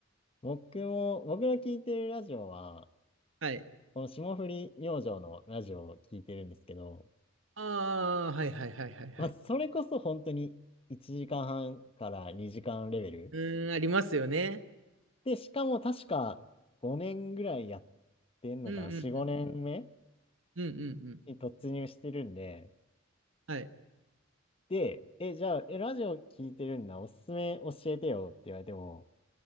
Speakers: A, on the left (about 30°); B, on the right (about 70°).
A: 僕も、僕の聞いてるラジオは、
B: はい。
A: この霜降り明星のラジオを聞いてるんですけど、
B: ああ、はいはいはいはいはい。
A: まあ、それこそ本当に1時間半から2時間レベル。
B: うーん、ありますよね。
A: で、しかも確か5年ぐらいやってんのかな、
B: うんうんうん。
A: 4、5年目
B: うんうんうん。
A: に突入してるんで、
B: はい。
A: で、え、じゃあ、え、ラジオ聞いてるんだ、おすすめ教えてよって言われても、